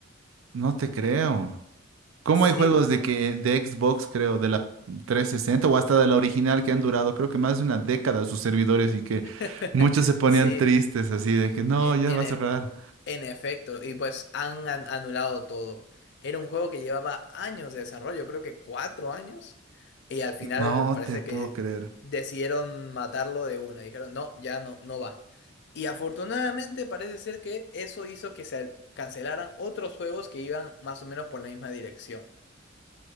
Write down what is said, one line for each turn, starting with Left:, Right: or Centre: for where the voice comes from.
Right: No te creo. ¿Cómo
Left: Sí,
Right: hay juegos de que de Xbox, creo, de la 360 o hasta de la original que han durado, creo que más de una década sus servidores y que
Left: <laughs>
Right: muchos se ponían
Left: sí,
Right: tristes así de que no,
Left: en,
Right: ya
Left: en,
Right: va a
Left: e,
Right: cerrar.
Left: En efecto, y pues han an- anulado todo. Era un juego que llevaba años de desarrollo, creo que cuatro años, y al final
Right: No
Left: parece
Right: te puedo
Left: que
Right: creer.
Left: decidieron matarlo de una. Dijeron, no, ya no, no va. Y afortunadamente parece ser que eso hizo que se cancelaran otros juegos que iban más o menos por la misma dirección.